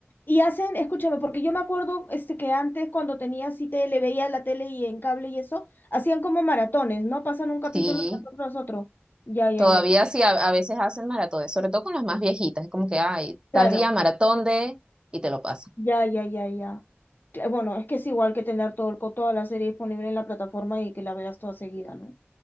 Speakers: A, on the left; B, on the right.
A: Y hacen, escúchame, porque yo me acuerdo este, que antes cuando tenía así tele, veía la tele y en cable y eso, hacían como maratones, ¿no? Pasan un capítulo
B: Sí.
A: tras otro, tras otro. Ya, ya,
B: Todavía
A: ya.
B: sí, a, a veces hacen maratones, sobre todo con las más viejitas, es como que, ay,
A: Claro.
B: tal día maratón de, y te lo pasan.
A: Ya, ya, ya, ya. Cla- Bueno, es que es igual que tener todo el, co- toda la serie disponible en la plataforma y que la veas toda seguida, ¿no?